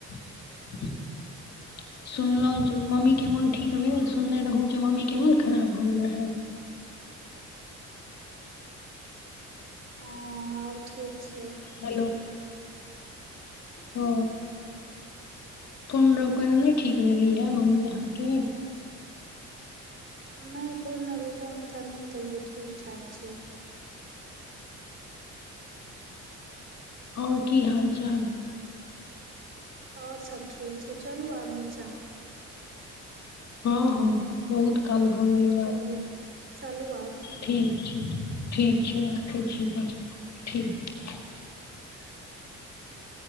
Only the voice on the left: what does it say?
<inaudible> सुनलहुँ जे मम्मीके मोन ठीक भेल सुनने रहौँ जे मम्मीके मोन खराब हो गेल रहए
हेलो ह पूर्ण रूपै नै ठीक भेली है मम्मी अहाँके
आओर की हाल चाल
हँ हँ बहुत काल भऽ गेलै
आब
ठीक छै ठीक छैय राखै छी तऽ ठीक